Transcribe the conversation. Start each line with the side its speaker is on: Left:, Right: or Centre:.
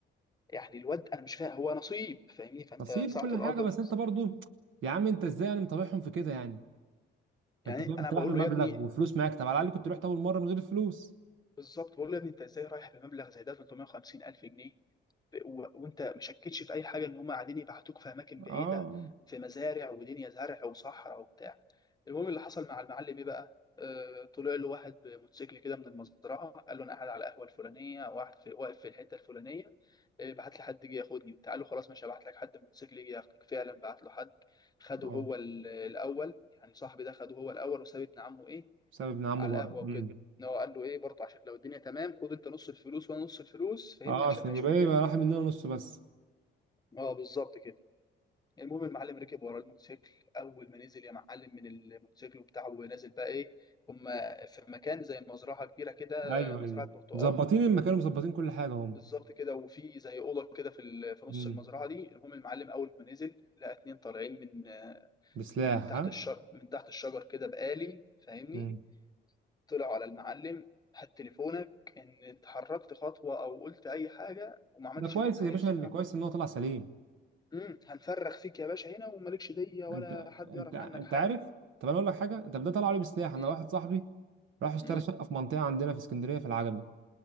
Left: يعني الواد انا مش فاهم هو نصيب فاهمني فانت
Right: نصيب
Left: ساعة
Right: وكل
Left: القدر
Right: حاجة بس انت برضو يا عم انت ازاي يعني مطوعهم في كده يعني
Left: يعني
Right: انت فاهم
Left: انا
Right: انت
Left: بقول
Right: رايح بمبلغ
Left: له يا ابني
Right: وفلوس معاك طب على الاقل كنت رحت اول مرة من غير فلوس
Left: بالظبط بقول له يا ابني انت ازاي رايح بمبلغ زي ده 350 الف جنيه ب- و... وانت مشكتش في اي حاجه ان هم قاعدين يبعتوك في اماكن بعيده
Right: اه
Left: في مزارع ودنيا زرع وصحراء وبتاع المهم اللي حصل مع المعلم ايه بقى آه، طلع له واحد بموتوسيكل كده من المزرعه قال له انا قاعد على القهوه الفلانيه واحد في واقف في الحته الفلانيه إيه، بعت لي حد جه ياخدني بتاع له خلاص ماشي ابعت لك حد الموتوسيكل يجي ياخدك فعلا بعت له حد خده
Right: اه
Left: هو ال- الاول يعني صاحبي ده خده هو الاول وساب ابن عمه ايه
Right: بسبب ابن عمه
Left: على
Right: بره
Left: القهوه
Right: مم.
Left: وكده ان هو قال له ايه برضه عشان لو الدنيا تمام خد انت نص الفلوس وانا نص الفلوس فاهمني
Right: اه
Left: عشان
Right: عشان
Left: ما يشكوش
Right: يبقى إيه، يبقى راح مننا نص بس
Left: اه بالظبط كده المهم المعلم ركب ورا الموتوسيكل اول ما نزل يا معلم من الموتوسيكل بتاعه ونازل بقى ايه هما في مكان زي مزرعه كبيره كده
Right: ايوه
Left: مزرعه
Right: ايوه
Left: برتقال
Right: مظبطين المكان ومظبطين كل حاجه هم
Left: بالظبط كده وفي زي اوضه كده في ال- في نص
Right: امم
Left: المزرعه دي المهم المعلم اول ما نزل لقى اتنين طالعين من آه،
Right: بسلاح
Left: من تحت
Right: ها
Left: الشجر من تحت الشجر كده بآلي فاهمني
Right: امم
Left: طلعوا على المعلم هات تليفونك ان اتحركت خطوه او قلت اي حاجه وما عملتش
Right: ده كويس
Left: اللي احنا
Right: يا
Left: عايزينه
Right: باشا اللي كويس
Left: هن-
Right: ان هو طلع سليم
Left: مم، هنفرخ فيك يا باشا هنا ومالكش ديه ولا
Right: انت
Left: حد
Right: انت
Left: يعرف
Right: انت
Left: عنك حاجه
Right: عارف طب انا اقول لك حاجه انت ده طلع عليه بسلاح انا
Left: مم،
Right: واحد صاحبي راح اشترى
Left: مم،
Right: شقه في منطقه عندنا في اسكندريه في العجمي